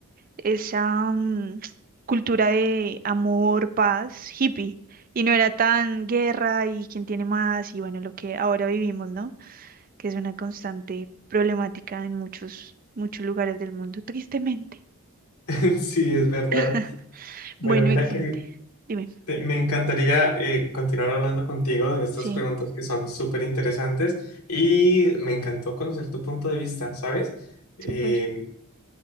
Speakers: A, on the right (about 40°); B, on the left (about 85°).
A: esa mm, cultura de amor, paz, hippie, y no era tan guerra y quién tiene más, y bueno, lo que ahora vivimos, ¿no? Que es una constante problemática en muchos, muchos lugares del mundo, tristemente.
B: <laughs> Sí, es verdad.
A: <laughs>
B: Bueno,
A: Bueno,
B: mira
A: excelente.
B: que
A: Dime.
B: te- me encantaría eh, continuar hablando contigo de estas
A: Sí,
B: preguntas que son súper interesantes y me encantó conocer tu punto de vista, ¿sabes? Eh,
A: súper.